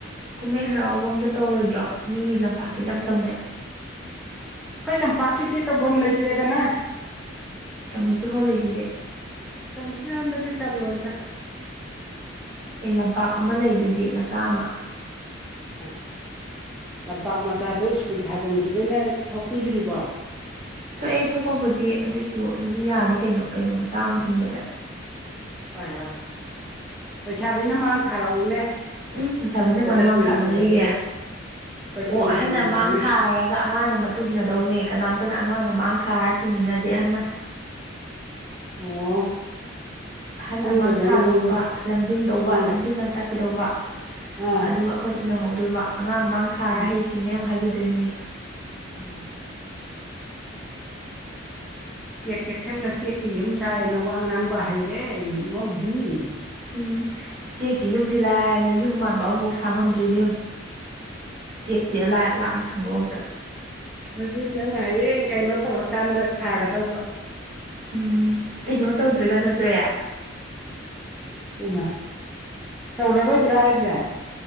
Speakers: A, on the right; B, in the centre.
A: ꯀꯨꯝꯍꯩ ꯍꯔꯥꯎꯒꯨꯝ ꯑꯃꯇ ꯇꯧꯔꯣꯏꯗ꯭ꯔꯣ ꯃꯤꯒꯤ ꯂꯝꯄꯥꯛꯀꯤꯗꯤ ꯑꯝꯇꯧꯅꯩ꯫
B: ꯑꯩꯈꯣꯏ ꯂꯝꯄꯥꯛꯀꯤꯗꯤ ꯇꯧꯐꯝ ꯂꯩꯇ꯭ꯔꯦꯗꯅ꯫
A: Community hall ꯂꯩꯁꯤꯗꯤ꯫
B: ꯀꯝꯃ꯭ꯅꯨꯇꯤ ꯍꯟꯗꯗꯤ ꯆꯜꯂꯣꯏꯗ꯫
A: ꯑꯦ ꯂꯝꯄꯥꯛ ꯑꯃ ꯂꯩꯗꯨꯗꯤ ꯃꯆꯥ ꯑꯃ꯫
B: ꯑꯝ ꯂꯝꯄꯥꯛ ꯃꯆꯥꯗꯣ ꯁ꯭ꯀꯨꯜ ꯁꯥꯖꯤꯟꯈꯤꯕꯩꯅ ꯊꯣꯛꯄꯤꯗ꯭ꯔꯤꯕꯣ?
A: ꯊꯣꯛꯑꯦ ꯊꯣꯛꯄꯕꯨꯗꯤ ꯑꯗꯨꯏꯁꯨ ꯑꯗꯨꯝ ꯌꯥꯅꯤ ꯀꯩꯅꯣ ꯀꯩꯅꯣ ꯃꯆꯥ ꯑꯃ ꯁꯤꯟꯕꯗꯤ꯫
B: ꯍꯣꯏ ꯍꯣꯏ ꯍꯣꯏ ꯂꯩꯁꯥꯕꯤꯅ ꯃꯥꯡ ꯊꯥꯔꯛꯎꯅꯦ꯫
A: ꯎꯝ ꯂꯩꯁꯥꯕꯤꯟꯗ
B: ꯑꯩꯈꯣꯏꯅ
A: ꯀꯃꯥꯏꯅ ꯃꯥꯡ
B: ꯇꯨꯡ
A: ꯊꯥꯗꯣꯔꯤꯒꯦ
B: ꯊꯪꯖꯒꯦꯅ ꯑꯩꯈꯣꯏ
A: ꯑꯣ
B: ꯇꯨꯡ
A: ꯑꯍꯟꯅ
B: ꯊꯪꯖꯒꯦꯅ
A: ꯃꯥꯡ ꯊꯥ ꯑꯗꯨꯒ ꯑꯉꯥꯡꯅ ꯃꯇꯨꯡ ꯏꯟꯅꯗꯧꯅꯦ ꯀꯅꯥꯝꯇꯅ ꯑꯉꯥꯡꯅ ꯃꯥꯡ ꯊꯥꯔꯒ ꯇꯨꯡ ꯏꯟꯅꯗꯦ ꯑꯍꯟꯅ꯫
B: ꯑꯣ
A: ꯑꯍꯟꯅ
B: ꯈꯪꯗꯕꯩꯅꯦ
A: ꯃꯥꯡ ꯊꯥꯗꯧꯕ ꯂꯝꯖꯤꯡꯗꯧꯕ
B: ꯎꯝ
A: ꯂꯝꯖꯤꯡꯅ ꯇꯥꯛꯄꯤꯗꯧꯕ꯫
B: ꯑꯥ
A: ꯑꯗꯨꯒ ꯑꯩꯈꯣꯏꯅ ꯏꯅꯍꯧꯗꯨꯕ ꯑꯉꯥꯡ ꯃꯥꯡ ꯊꯥꯔ
B: ꯎꯝ
A: ꯍꯩ ꯁꯤꯡꯉꯦ ꯑꯃꯨꯛ ꯍꯥꯏꯕꯤꯗꯣꯏꯅꯤ꯫
B: ꯎꯝ ꯆꯦꯛ ꯆꯦꯛꯁꯤꯜꯂ ꯆꯦꯛꯀꯤ ꯌꯨꯝ ꯁꯥꯏꯌꯦꯅ ꯋꯥ ꯉꯥꯡꯕ ꯍꯩꯔꯦ ꯏꯃꯧꯗꯤ꯫
A: ꯎꯝ ꯆꯦꯛꯀꯤ ꯌꯨꯝꯗꯤ ꯂꯥꯏꯗꯅ ꯌꯨꯝ ꯃꯥꯟꯕ ꯑꯃꯐꯥꯎ ꯁꯥꯡꯉꯝꯗ꯭ꯔꯤ ꯏꯕꯦꯝꯃ꯫ ꯆꯦꯛꯇꯤ ꯑꯂꯥꯏ ꯂꯥꯞꯅ ꯊꯪꯈ꯭ꯔꯣ ꯑꯝꯇ꯫
B: ꯑꯗꯨꯗꯤ ꯅꯪꯅ ꯍꯌꯦꯡ ꯀꯩꯅꯣ ꯇꯧꯔꯀꯥꯟꯗ ꯁꯥꯒꯗꯧꯕ꯫
A: ꯎꯝ ꯀꯩꯅꯣ ꯇꯧꯗ꯭ꯔꯒꯅ ꯇꯣꯛꯑꯦ꯫
B: ꯑꯩꯃꯥ ꯇꯧꯔꯔꯣꯏꯗ꯭ꯔꯥ ꯍꯥꯏꯁꯦ꯫